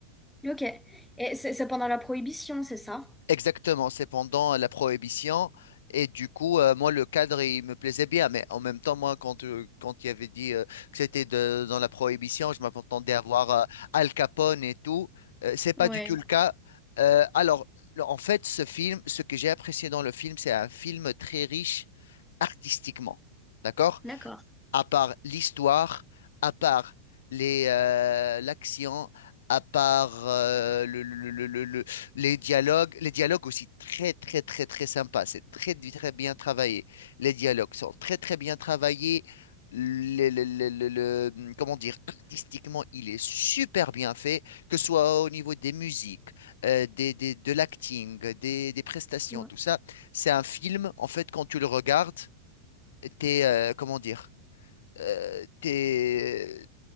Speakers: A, in the centre; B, on the left (about 60°).
A: Ok. Et c'est c'est pendant la Prohibition, c'est ça?
B: Exactement, c'est pendant la prohibition. Et du coup, euh, moi, le cadre, il me plaisait bien. Mais en même temps, moi, quand, euh, quand il avait dit euh, que c'était de- dans la prohibition, je m'attendais à voir euh, Al Capone et tout. Euh, c'est pas
A: Ouais,
B: du tout le cas. Euh, alors, le- en fait, ce film, ce que j'ai apprécié dans le film, c'est un film très riche artistiquement. D'accord?
A: d'accord.
B: à part l'histoire, à part les euh, l'action, à part euh, le, le- le- le- le- les dialogues. Les dialogues aussi très très très très sympa. C'est très très bien travaillé. Les dialogues sont très très bien travaillés. Le, le- le- le- le- comment dire, artistiquement, il est super bien fait, que ce soit au niveau des musiques, euh, des, des- de l'acting, des, des prestations,
A: Ouais.
B: tout ça. C'est un film, en fait, quand tu le regardes, t'es, euh, comment dire, euh, t'es-